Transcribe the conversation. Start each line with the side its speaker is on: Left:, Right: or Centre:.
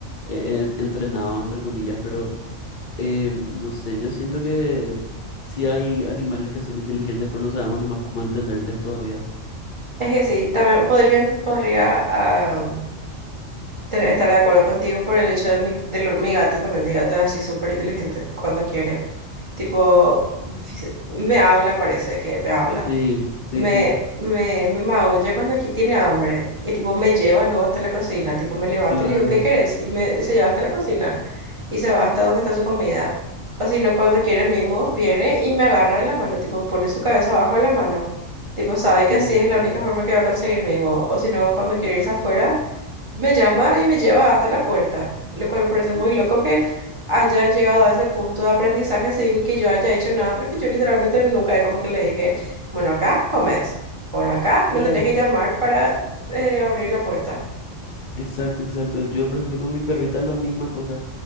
Left: eh, eh, entrenados, entre comillas, pero... Eh, no sé, yo siento que sí hay animales que son inteligentes, pero no sabemos nomás cómo entenderles todavía.
Right: Es que sí, también podrían, podría ah, te- estar de acuerdo contigo por el hecho de mi, de lo- mi gato también. Mi gato es así súper inteligente cuando quiere. Tipo, dice- me habla, parece que me habla.
Left: Sí, sí,
Right: me,
Left: sí,
Right: me, me maulla cuando aquí tiene hambre y tipo me lleva luego hasta la cocina, tipo me levanto
Left: claro,
Right: y le digo, ¿qué querés? Y, me, y se lleva hasta la cocina y se va hasta donde está su comida. O si no, cuando quiere mismo, viene y me agarra de la mano, tipo pone su cabeza abajo de la mano. Tipo sabe que
Left: sí,
Right: así es la
Left: ujú,
Right: única forma que va a conseguir mimo. O si no, cuando quiere irse afuera, me llama y me lleva hasta la puerta, lo cual me parece muy loco que haya llegado a ese punto de aprendizaje sin que yo haya hecho nada, porque yo literalmente nunca, es como que le dije, bueno, acá comes, bueno, acá me
Left: Claro,
Right: tenés que llamar para eh, abrir la puerta.
Left: exacto, exacto. Yo, por ejemplo, con mi perrita la misma cosa.